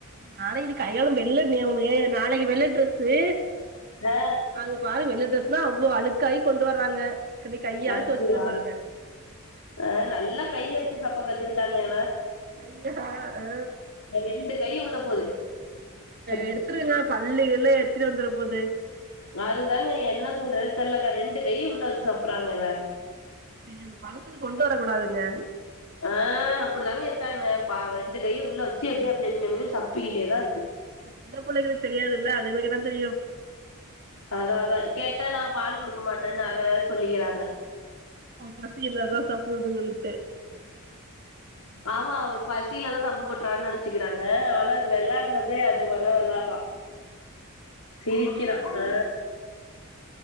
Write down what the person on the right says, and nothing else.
நாளைக்குன்ன கையாளம் வெளிலனே உன்னு நாளைக்கு வெளில ட்ரெஸ்ஸு
அது பாரு வெள்ள ட்ரெஸ்னா அவ்வளோ அழுக்காயி கொண்டு வர்றாங்க இன்னைக்கு கையால
தொவச்சுருவ பாருங்க
அய்யஹா அ
எடுத்துருக்ங்களா பள்ளிகள் எல்லா எத்துட்டு வந்துரு போகுது
சரி அது பழத்து கொண்டு வரக் கூடாதுங்க
சின்ன புல்லைகலுகு தெரியாதுல அதுகளுக் என்ன தெரியு
அவ பசிலதா சாப்புதுங்கன்ட்டு
பிள்ளைகளா அப்டிதான